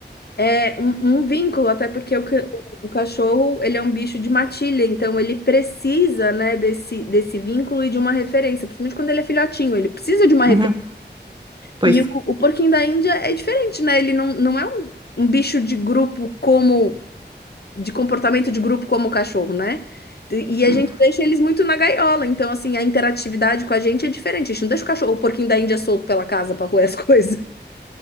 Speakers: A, on the left; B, on the right.
A: é, um, um vínculo, até porque o, ca- o cachorro ele é um bicho de matilha, então ele precisa, né, desse, desse vínculo e de uma referência, principalmente quando ele é filhotinho, ele precisa de uma
B: Uhum, pois.
A: E o, o porquinho da Índia é diferente, né? Ele não, não é um, um bicho de grupo como, de comportamento de grupo como o cachorro, né? E e a
B: Hum.
A: gente deixa eles muito na gaiola, então assim, a interatividade com a gente é diferente. A gente não deixa o cachorro, o porquinho da Índia solto pela casa pra roer as <laughs> coisas.